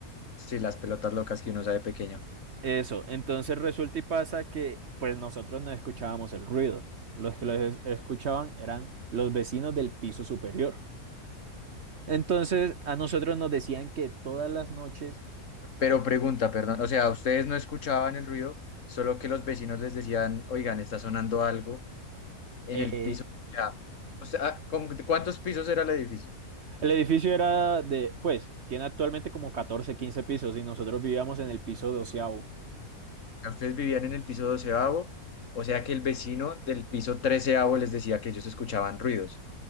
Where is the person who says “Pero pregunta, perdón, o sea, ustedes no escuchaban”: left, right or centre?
Left